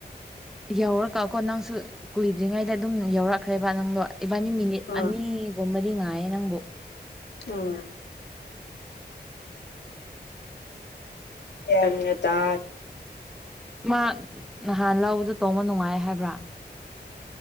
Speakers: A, in the centre; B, on the left.
A: ꯌꯧꯔꯛꯀꯀꯣ ꯅꯪꯁꯨ ꯀꯨꯏꯗ꯭ꯔꯤꯉꯩꯗ ꯑꯗꯨꯝ ꯌꯧꯔꯛꯈ꯭ꯔꯦꯕ ꯅꯪꯗꯣ ꯏꯕꯥꯅꯤ ꯃꯤꯅꯤꯠ
B: ꯑꯣ
A: ꯑꯅꯤ ꯒꯨꯝꯕꯗꯤ ꯉꯥꯏꯑꯦ ꯅꯪꯕꯨ
B: ꯑ ꯒ꯭ꯌꯥꯟꯒ ꯇꯥ
A: ꯃꯥ ꯅꯍꯥꯟ ꯂꯧꯕꯗꯣ ꯇꯣꯡꯕ ꯅꯨꯡꯉꯥꯏ ꯍꯥꯏꯕ꯭ꯔꯥ